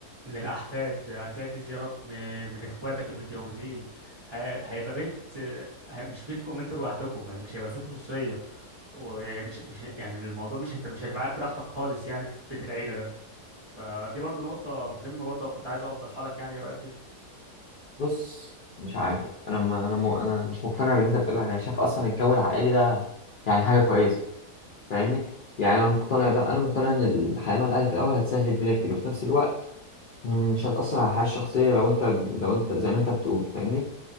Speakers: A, on the right; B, on the left.
A: من الأحفاد هتلاقي في زيارات م- من إخواتك المتجوزين ه- هيبقى بيت آه، ه- مش بيتكم أنتوا لوحدكم مش هيبقى فيه خصوصية ومش مش يعني الموضوع مش هت- مش هتبقى قاعد براحتك خالص يعني في بيت العيلة ده فدي برضه نقطة مهمة برضه كنت عايز أوضحها لك يعني إيه رأيك فيها؟
B: بص مش عارف انا ما انا م... انا مش مقتنع باللي انت بتقوله يعني شايف اصلا الجو العائلي ده يعني حاجه كويسه فاهمني يعني انا مقتنع بقى انا مقتنع ان الحياه مع الاهل في الاول هتسهل الدنيا كتير وفي نفس الوقت مش هتاثر على الحياه الشخصيه لو انت لو انت زي ما انت بتقول فاهمني